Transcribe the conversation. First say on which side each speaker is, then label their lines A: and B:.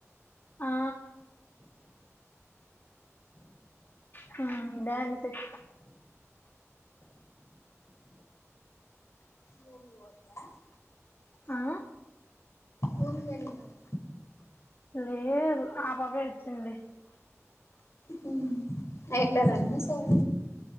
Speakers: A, on the left; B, on the left.
A: ఆ.... హూ డాన్స్ ఎయ్
B: రూమ్కి పోతువా
A: ఆ
B: వూన్కెళ్ళింది అంట
A: లేదు ఆపాపే ఇచ్చింది
B: హ అయిపోయానండి సరే